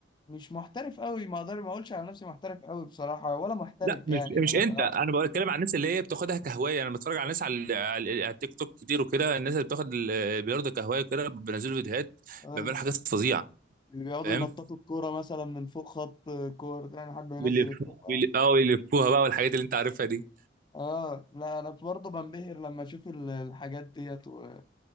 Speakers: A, on the left; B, on the right.
A: مش محترف قوي ما اقدر ما اقولش على نفسي محترف قوي بصراحة ولا محترف
B: لا مش
A: يعني
B: مش
A: انا
B: انت
A: بلعب
B: انا بتكلم عن الناس اللي هي بتاخدها كهوايه يعني انا بتفرج على ناس على على على التيك توك كتير وكده الناس اللي بتاخد ال- البلياردو كهوايه كده بينزلوا فيديوهات
A: <laughs>
B: بيعملوا حاجات فظيعه
A: اللي بيقعدوا
B: فاهم
A: ينططوا الكورة مثلا من فوق خط كورة ده يعني حد ينزل
B: ويلفوها
A: الكورة
B: ويل- اه يلفوها بقى والحاجات اللي انت عارفها دي
A: اه لا انا برضه بنبهر لما اشوف ال- الحاجات ديت و-